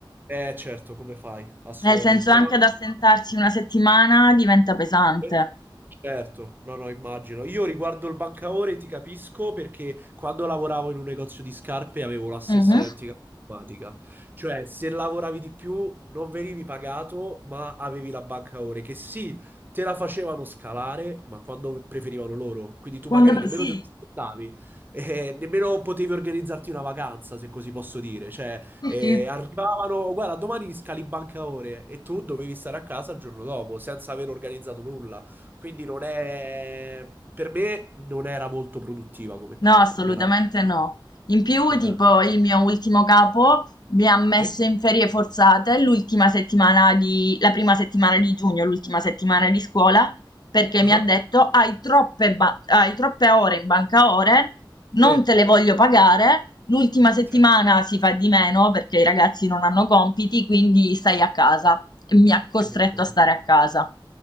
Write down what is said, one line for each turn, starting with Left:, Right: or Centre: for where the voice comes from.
Right: Eh, certo, come fai? Assolutamente.
Left: Nel senso, anche
Right: No,
Left: ad assentarsi una settimana diventa pesante.
Right: io- Certo, no, no, immagino. Io riguardo il bancaore ti capisco perché quando lavoravo in un negozio di scarpe avevo la stessa
Left: Mhm.
Right: identica problematica. Cioè, se lavoravi di più non venivi pagato, ma avevi la bancaore che sì, te la facevano scalare, ma quando preferivano loro. Quindi tu
Left: Quando...
Right: magari nemmeno
Left: Sì,
Right: te lo aspettavi, <laughs> eh, nemmeno potevi organizzarti una vacanza, se così posso dire. Cioè,
Left: sì,
Right: eh,
Left: sì.
Right: arrivavano, guarda, domani scali bancaore e tu dovevi stare a casa il giorno dopo senza aver organizzato nulla. Quindi non è... Per me non era molto produttiva come
Left: No,
Right: cosa,
Left: assolutamente
Right: non era...
Left: no. In più,
Right: eh,
Left: tipo, il mio ultimo capo mi ha messo
Right: sì?
Left: in ferie forzate l'ultima settimana di, la prima settimana di giugno, l'ultima settimana di scuola, perché
Right: Ah,
Left: mi ha detto hai troppe, ba- hai troppe ore in banca ore, non
Right: sì.
Left: te le voglio pagare, l'ultima settimana
Right: Cioè,
Left: si fa di meno perché i ragazzi non hanno compiti, quindi stai a casa. E mi ha costretto
Right: che vergogna.
Left: a stare a casa.